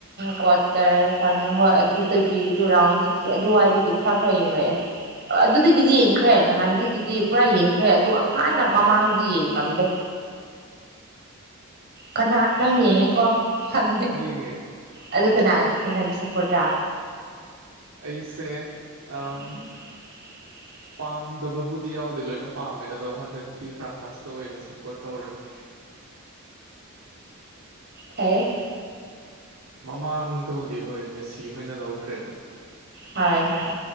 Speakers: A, on the right; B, on the right.
A: ꯀꯣ ꯇꯔ ꯐꯥꯅꯣ ꯍꯣꯏ ꯑꯗꯨꯗꯒꯤꯗꯨ ꯔꯥꯎꯟ ꯁꯤꯛꯁꯇꯤ ꯑꯗꯨꯋꯥꯏꯗꯗꯤ ꯈꯔ ꯈꯔ ꯌꯦꯡꯂꯡꯉꯛꯑꯦ ꯑꯗꯨꯗꯒꯤꯗꯤ ꯌꯦꯡꯈ꯭ꯔꯦ ꯅꯍꯥꯟꯗꯒꯤꯗꯤ ꯄꯨꯔꯥ ꯌꯦꯡꯈ꯭ꯔꯦ ꯑꯗꯣ ꯍꯥꯟꯅ ꯃꯃꯥꯡꯗꯤ ꯌꯦꯡꯂꯝꯗꯦ ꯀꯅꯥ ꯅꯪ ꯌꯦꯡꯉꯦꯀꯣ ꯅꯪ
B: ꯌꯦꯡꯉꯦ
A: ꯑꯗꯨ ꯀꯅꯥ ꯀꯅꯥꯒꯤ ꯁꯞꯄꯣꯔꯠꯂ
B: ꯑꯩꯁꯦ ꯑꯝ
A: ꯎꯝ <inaudible>
B: ꯄꯥꯝꯗꯕꯕꯨꯗꯤ ꯌꯥꯎꯗꯦ ꯂꯣꯏꯅ ꯄꯥꯝꯃꯦ ꯑꯗꯣ ꯍꯟꯗꯛꯇꯤ ꯐ꯭ꯔꯥꯟꯁꯇ ꯑꯣꯏꯅ ꯁꯞꯄꯣꯔꯠ ꯇꯧꯔꯅꯤ
A: ꯐꯩ
B: ꯃꯃꯥꯡꯗꯕꯨꯗꯤ ꯍꯣꯏ ꯃꯦꯁꯤ ꯍꯣꯏꯅ ꯂꯧꯈ꯭ꯔꯦꯗꯅ
A: ꯍꯣꯏ ꯍꯣꯏ